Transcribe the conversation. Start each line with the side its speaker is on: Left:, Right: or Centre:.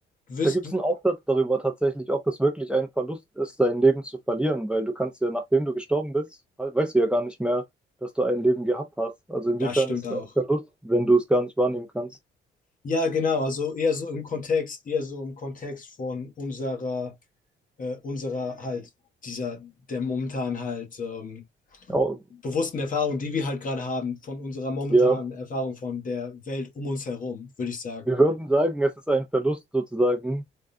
Left: Du wirst,
Centre: da gibt
Left: du,
Centre: es einen Aufsatz darüber tatsächlich, ob es wirklich ein Verlust ist, dein Leben zu verlieren, weil du kannst ja, nachdem du gestorben bist, we- weißt du ja gar nicht mehr, dass du ein Leben gehabt hast. Also inwiefern
Left: das stimmt
Centre: ist es
Left: auch.
Centre: ein Verlust, wenn du es gar nicht wahrnehmen kannst?
Left: Ja, genau, also eher so im Kontext, eher so im Kontext von unserer, äh, unserer halt, dieser, der momentan halt ähm,
Centre: Au-
Left: bewussten Erfahrung, die wir halt gerade haben, von unserer momentanen
Centre: Ja,
Left: Erfahrung von der Welt um uns herum, würde ich sagen.
Centre: wir würden sagen, es ist ein Verlust sozusagen,